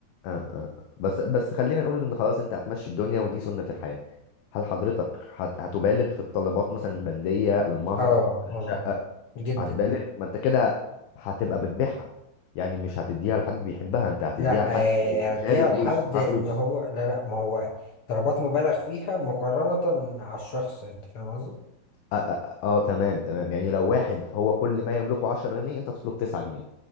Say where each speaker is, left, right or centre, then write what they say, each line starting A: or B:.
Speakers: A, on the left; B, on the left.
A: آه، آه. بس بس خلينا نقول إن خلاص أنت هتمشي الدنيا ودي سنة الحياة هل حضرتك هت- هتبالغ في الطلبات مثلا البندية المهر
B: اه
A: الشقة
B: اه جدا
A: هتبالغ ما أنت كده هتبقى بتبيعها يعني مش هتديها لحد بيحبها أنت هتديها
B: لا
A: لحد
B: آه،
A: شاري
B: اديها
A: فلوس
B: لحد
A: معاه
B: ان
A: فلوس
B: هو لا لا ما هو ضربات مبالغ فيها مقارنة على الشخص انت فاهم قصدي
A: اه, آه, آه تمام تمام يعني لو واحد هو كل ما يملكه 10 جنيه انت تطلب 9 جنيه